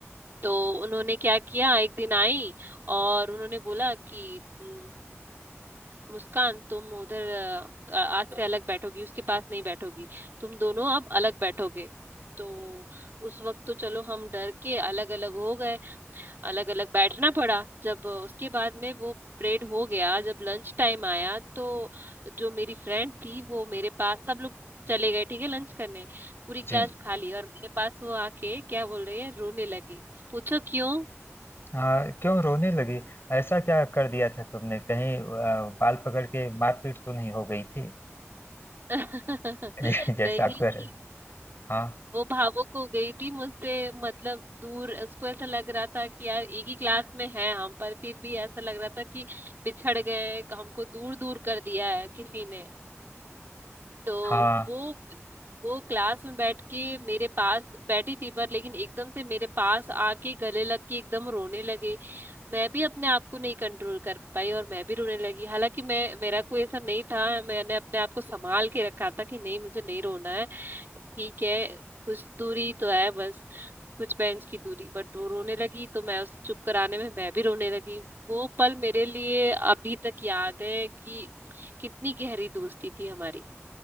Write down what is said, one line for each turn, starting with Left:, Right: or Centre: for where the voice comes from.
Right: तो उन्होंने क्या किया एक दिन आई और उन्होंने बोला कि "उम, मुस्कान तुम उधर अ, आज से अलग बैठोगी उसके पास नहीं बैठोगी तुम दोनों अब अलग बैठोगे तो उस वक्त तो चलो हम डर के अलग अलग हो गए अलग अलग बैठना पड़ा जब उसके बाद में वो परेड हो गया जब लंच टाइम आया तो जो मेरी फ्रेंड थी वो मेरे पास सब लोग चले गए ठीक है लंच करने पूरी क्लास
Left: जी
Right: खाली और मेरे पास वो आके क्या बोल रही है रोने लगी पूछो क्यों
Left: हाँ क्यों रोने लगी ऐसा क्या कर दिया था तुमने कहीं अ, बाल पकड़ के मारपीट तो नहीं हो गई थी
Right: <laughs>
Left: <laughs> जैसा
Right: नहीं
Left: अक्सर है हाँ
Right: वो भावुक हो गई थी मुझसे मतलब दूर उसको ऐसा लग रहा था कि यार एक ही क्लास में है हम पर फिर भी ऐसा लग रहा था कि बिछड़ गए हमको दूर दूर कर दिया है किसी ने तो
Left: हाँ
Right: वो वो क्लास में बैठ के मेरे पास बैठी थी पर लेकिन एकदम से मेरे पास आके गले लग के एकदम रोने लगी मैं भी अपने आप को नहीं कंट्रोल कर पाई और मैं भी रोने लगी हालांकि मैं मेरा कोई ऐसा नहीं था मैंने अपने आप को संभाल के रखा था कि नहीं मुझे नहीं रोना है ठीक है कुछ दूरी तो है बस कुछ बेंच की दूरी बट वो रोने लगी तो मैं उसे चुप कराने में मैं भी रोने लगी वो पल मेरे लिए अभी तक याद है कि कितनी गहरी दोस्ती थी हमारी